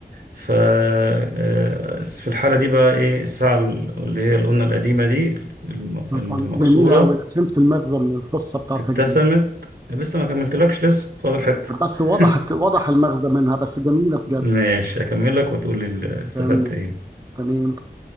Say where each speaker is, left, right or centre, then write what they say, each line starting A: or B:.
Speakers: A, on the right (about 65°); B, on the right (about 20°).
A: ف آه، في الحاله دي بقى ايه الساعه اللي هي اللي قلنا القديمه دي الم-
B: طبعا
A: المكسوره
B: جميلة أوي أنا فهمت المغزى من القصة بتاعتك
A: ابتسمت
B: دي
A: لسه ما كملتلكش لسه فاضل حتة
B: بس وضحت
A: <laughs>
B: وضح المغزى منها بس جميلة بجد
A: ماشي أكمل لك وتقول لي ال- استفدت
B: كمل
A: إيه
B: تمام